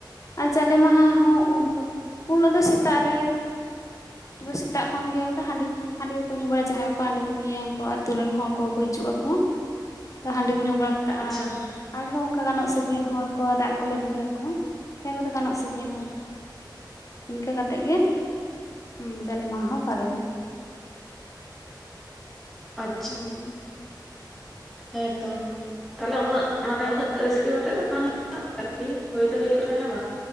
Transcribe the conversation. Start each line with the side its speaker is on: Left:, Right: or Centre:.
Left: ᱟᱨ ᱡᱟᱞᱮ ᱢᱟᱦᱟ ᱦᱚᱸ ᱩᱱ ᱦᱤᱞᱳᱜ ᱩᱱ ᱦᱤᱞᱳᱜ ᱫᱚ ᱥᱮᱛᱟᱜ ᱨᱮᱼᱼ ᱯᱩᱨᱟᱹ ᱥᱮᱛᱟᱜ ᱠᱷᱚᱱ ᱜᱮ ᱛᱚ ᱦᱟᱸᱰᱤᱼᱼ ᱦᱟᱸᱰᱤ ᱠᱚᱠᱚ ᱧᱩ ᱵᱟᱲᱟᱭᱟ ᱡᱟᱦᱟᱸᱭ ᱠᱚᱠᱚ ᱦᱟᱸᱰᱤ ᱠᱚ ᱧᱩᱭᱟ ᱩᱱᱠᱩ ᱟᱛᱩ ᱨᱮᱱ ᱦᱚᱲ ᱠᱚᱦᱚᱸᱠᱚ ᱦᱤᱡᱩᱜ-ᱟ ᱠᱚ᱾ ᱛᱚ ᱦᱟᱸᱰᱤ ᱠᱚ ᱧᱩ ᱵᱟᱲᱟ ᱠᱟᱛᱮᱜ
Centre: ᱟᱪᱪᱷᱟ
Left: ᱟᱨ ᱟᱨᱦᱚᱸ ᱚᱱᱠᱟ ᱜᱟᱱᱚᱜ ᱥᱟᱹᱜᱟᱹᱭᱟᱱ ᱦᱚᱲ ᱠᱚ ᱫᱟᱜ ᱠᱚᱞᱮ ᱫᱩᱞᱟ ᱠᱚᱣᱟ᱾ ᱦᱮᱸ ᱩᱱᱠᱚ ᱫᱚ ᱜᱟᱱᱚᱜ ᱥᱟᱹᱜᱟᱹᱭᱟᱱ ᱦᱚᱱᱼᱼ ᱤᱱᱠᱟᱹ ᱠᱟᱛᱮᱜ ᱜᱮ ᱦᱩᱸ ᱡᱟᱞᱮ ᱢᱟᱦᱟᱸ ᱦᱚᱸ ᱯᱟᱨᱚᱢᱱᱟ᱾
Centre: ᱟᱪᱪᱷᱼᱼ
Left: ᱦᱩᱸᱻ᱾
Centre: ᱦᱮᱸ ᱛᱚ ᱛᱟᱦᱚᱞᱮ ᱩᱱᱟᱹᱜ ᱢᱟᱱᱮ ᱩᱱᱟᱹᱜ ᱨᱟᱹᱥᱠᱟᱹ ᱠᱟᱛᱮᱜ ᱫᱚ <inaudible> ᱟᱨᱠᱤ ᱦᱚᱭ ᱫᱚ ᱦᱩᱭᱩᱜ ᱨᱮ ᱦᱚᱸ ᱵᱟᱝ᱾